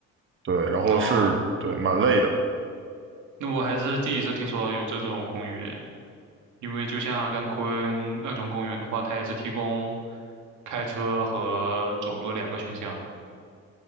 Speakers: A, on the right; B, on the right.
A: 对，然后是，
B: 哦，
A: 对，蛮累的，
B: 那我还是第一次听说有这种公园，因为就像阿甘昆那种公园的话，它也是提供开车和走路两个选项的。